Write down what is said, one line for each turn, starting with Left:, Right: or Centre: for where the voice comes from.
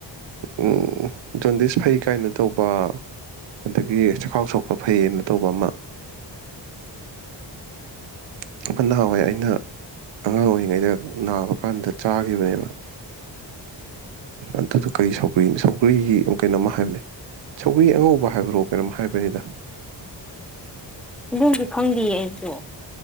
Right: ꯎꯝ ꯖꯟꯗꯤꯁ ꯐꯩ ꯀꯥꯏꯅ ꯇꯧꯕ ꯑꯗꯒꯤ ꯆꯈꯥꯎ ꯁꯣꯛꯄ ꯐꯩꯌꯦꯅ ꯇꯧꯕ ꯑꯃ <inaudible> ꯐꯟ ꯅꯍꯥꯟꯋꯥꯏ ꯑꯩꯅ ꯑꯉꯥꯡ ꯑꯣꯏꯔꯤꯉꯩꯗ ꯅꯥꯕ ꯀꯥꯟꯗ ꯆꯥꯈꯤꯕꯅꯦꯕ ꯑꯗꯨꯗ ꯀꯔꯤ ꯁꯧꯒ꯭ꯔꯤꯅꯣ ꯁꯧꯒ꯭ꯔꯤ ꯀꯩꯅꯣꯝꯃ ꯍꯥꯏꯕꯅꯦ ꯁꯧꯒ꯭ꯔꯤ ꯑꯉꯧꯕ ꯍꯥꯏꯕ꯭ꯔꯣ ꯀꯩꯅꯣꯝ ꯍꯥꯏꯕꯅꯤꯗ
Centre: ꯑꯗꯨꯝꯗꯤ ꯈꯪꯗꯤꯌꯦ ꯑꯩꯁꯨ